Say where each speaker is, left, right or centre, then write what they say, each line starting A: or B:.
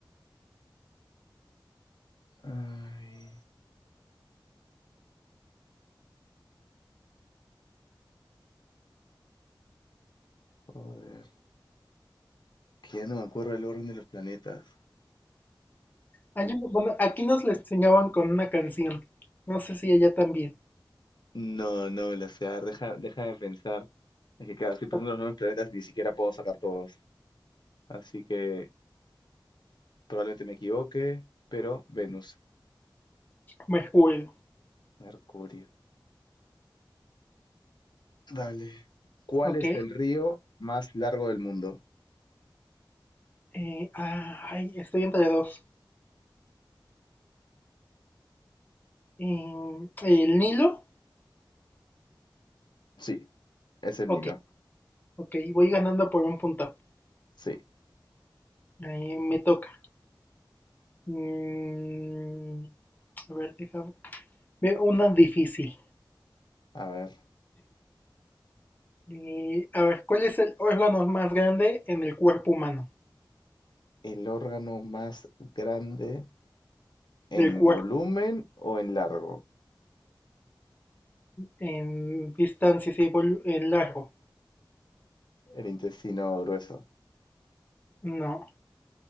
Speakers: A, on the left (about 65°); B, on the left (about 20°).
A: Ay, joder. Que ya no me acuerdo el orden de los planetas.
B: Hay uno- bueno, aquí nos lo enseñaban con una canción. No sé si ella también.
A: No, no me lo sé. A ver, deja, deja de pensar. Es que cada estoy pensando
B: Ok,
A: en los nuevos planetas y ni siquiera puedo sacar todos. Así que probablemente me equivoque, pero Venus,
B: Mercurio.
A: Mercurio. Dale. ¿Cuál
B: Ok.
A: es el río más largo del mundo?
B: Eh, ah, ay, estoy entre dos. Mm, ¿El Nilo?
A: Sí, es el
B: Ok.
A: Nilo.
B: Ok, voy ganando por un punto.
A: Sí.
B: Ahí me toca. Mm, a ver, déjame. Ve Una difícil.
A: A ver,
B: Eh, a ver, ¿cuál es el órgano más grande en el cuerpo humano?
A: el órgano más grande en
B: Del cuerpo
A: volumen o en largo,
B: en distancia, sí, vol- en largo.
A: el intestino grueso.
B: No,